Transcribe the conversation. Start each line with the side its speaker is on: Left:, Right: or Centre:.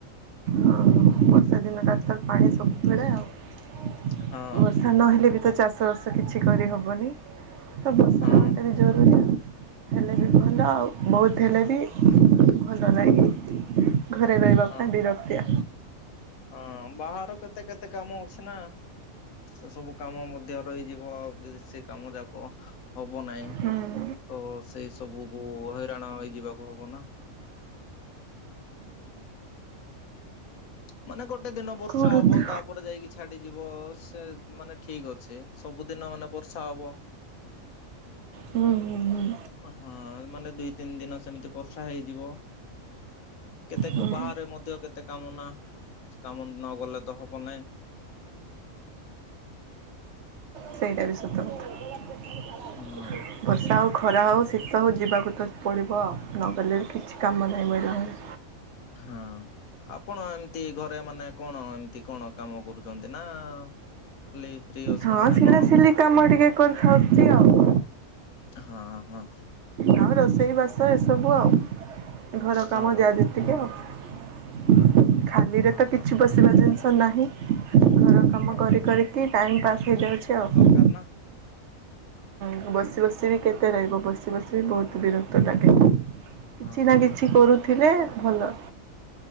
Right: ହଁ ବର୍ଷା ଦିନ ଟାକ୍ ତର ପାଣି ସବୁବେଳେ ଆଉ
Left: ହଁ
Right: ବର୍ଷା ନହେଲେ ବି ତ ଚାଷ। ଷ ବାସ କିଛି କରିହେବନି ତ ବର୍ଷା
Left: ହଁ
Right: ହେବାକାରଲି ଜରୁରୀ ଆ <inaudible> ହେଲେ ବି ଭଲ ଆଉ ବହୁତ ହେଲେ ବି ଭଲ ଲାଗେ। ଘରେ ରହିବା
Left: ହଁ।
Right: ପାଇଁ ବିରକ୍ତିଆ।
Left: ହଁ ବାହାର କେତେ କେତେ କାମ ଅଛି ନା ସେ ସବୁ କାମ ମଧ୍ୟ ରହିଯିବ ଆଉ ସେ କାମ ଯାକ ହବ ନାହିଁ।
Right: ହୁଁ।
Left: ତ ସେଇ ସବୁ କୁ ହଇରାଣ ହେଇଯିବାକୁ ହବ ନା। ମାନେ ଗୋଟେ ଦିନ ବର୍ଷା
Right: କୋଉ ଋତୁ
Left: ହବ ତାପରେ ଯାଇକି ଛାଡି ଯିବ। ସେ ମାନେ ଠିକ୍ ଅଛି। ସବୁଦିନ ମାନେ ବର୍ଷା ହବ।
Right: ହୁଁ ହୁଁ ହୁଁ।
Left: ଓ ହଁ ମାନେ ଦିଇ ତିନି ଦିନ ସେମିତି ବର୍ଷା ହେଇଯିବ। କେତେ
Right: ହୁଁ
Left: ଗ ବାହାରେ ମଧ୍ୟ କେତେ କାମ ନା, କାମ ନଗଲେ ତ ହବ ନା
Right: ସେଇଟା ବି ସତ କଥା।
Left: ହଁ
Right: ବର୍ଷା ହଉ ଖରା ହଉ, ଶୀତ ହଉ ଯିବାକୁ ତ ପଡ଼ିବ ଆଉ। ନଗଲେ ବି କିଛି କାମ ନାହିଁ ମିିଲ୍ ନାହିଁ।
Left: ହଁ। ଆପଣ ଏମିତି ଘରେ ମାନେ କଣ ଏମିତି କଣ? କାମ କରୁଚନ୍ତି ନା। ଖାଲି ଫ୍ରି ଅଛନ୍ତି
Right: ହଁ
Left: ନା
Right: ସିଲାସିଲି
Left: କଣ?
Right: କାମ ଟିକେ କରିଥାଉଚି ଆଉ।
Left: ହଁ ହଁ।
Right: ହଁ ରୋଷେଇ ବାସ ଏସବୁ ଆଉ ଘର କାମ
Left: ହଁ
Right: ଯାହା ଯେତ୍ ତିକ ଖାଲିରେ ତ
Left: ହଁ
Right: କିଛି ବସିବା ଜିନିଷ ନାହିଁ। ଘର କାମ
Left: ହଁ
Right: କରି କରିକି ଟାଇମ୍ ପାସ୍ ହେଇଯାଉଛି ଆଉ।
Left: ଗାରନ
Right: ହୁଁ ବସି ବସି ବି କେତେ ରହିବ। ବସି ବସି ବି ବହୁତ ବିରକ୍ତ ଲାଗେ। କିଛି
Left: ହଁ
Right: ନା କିଛି କରୁଥିଲେ ଭଲ।